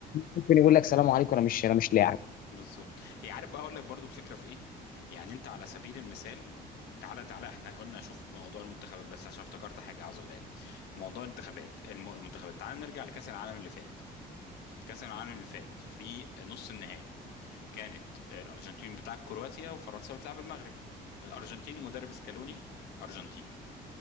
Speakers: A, on the left; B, on the left.
A: ممكن يقول لك سلام عليكم انا مش انا مش لاعب
B: بالظبط هي عارف بقى اقول لك برضو الفكره في ايه يعني انت على سبيل المثال تعالى تعالى احنا قلنا شوف موضوع المنتخبات بس انا عشان افتكرت حاجه عاوز اقولها لك في موضوع الانتخابات الم- المنتخبات تعالى نرجع لكاس العالم اللي فات كاس العالم اللي فات في نص النهائي كانت الارجنتين بتلعب كرواتيا وفرنسا بتلعب المغرب الارجنتين ومدرب سكالوني ارجنتيني